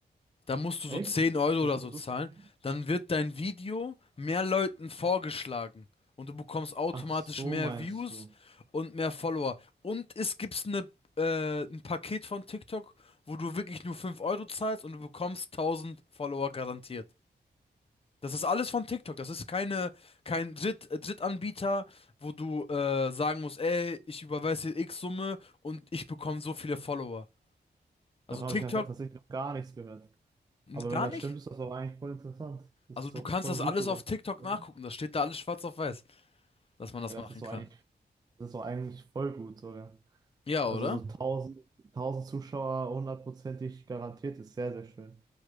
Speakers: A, on the left; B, on the right.
A: Da musst du
B: Echt?
A: so 10 Euro
B: Das
A: oder
B: wird
A: so zahlen.
B: so viel sein?
A: Dann wird dein Video mehr Leuten vorgeschlagen. Und du bekommst automatisch
B: Ach, so
A: mehr
B: meinst
A: Views
B: du.
A: und mehr Follower. Und es gibt eine, äh, ein Paket von TikTok, wo du wirklich nur 5 Euro zahlst und du bekommst tausend Follower garantiert. Das ist alles von TikTok. Das ist keine, kein Dritt, äh, Drittanbieter, wo du äh, sagen musst, ey, ich überweise dir X Summe und ich bekomme so viele Follower. Also
B: Davon
A: TikTok
B: habe ich ja tatsächlich noch gar nichts gehört. Aber
A: gar
B: wenn das
A: nicht?
B: stimmt, ist das doch eigentlich voll interessant. Das
A: Also
B: ist
A: du
B: doch
A: kannst
B: voll
A: das
B: gut
A: alles
B: sogar.
A: auf TikTok
B: Ja,
A: nachgucken. Das steht da alles schwarz auf weiß, dass man das
B: das
A: machen
B: ist
A: kann.
B: doch eigentlich, das ist doch eigentlich voll gut sogar.
A: Ja,
B: Also
A: oder?
B: so 1000, 1000 Zuschauer hundertprozentig garantiert ist sehr, sehr schön.